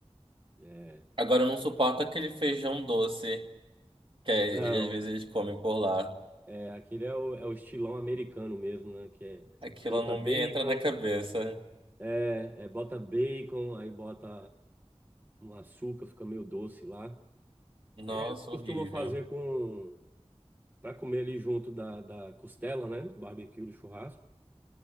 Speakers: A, on the right; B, on the right.
A: é.
B: Agora eu não suporto aquele feijão doce, que é,
A: Não,
B: ele, às vezes eles comem por lá.
A: É, aquele é o, é o estilão americano mesmo, né? Que é
B: Aquilo
A: bota
B: não
A: bacon,
B: me entra na cabeça.
A: é, é, bota bacon, aí bota um açúcar, fica meio doce lá.
B: Nossa,
A: É, eles costumam
B: horrível.
A: fazer com para comer ali junto da, da costela, né? Do barbecue, do churrasco.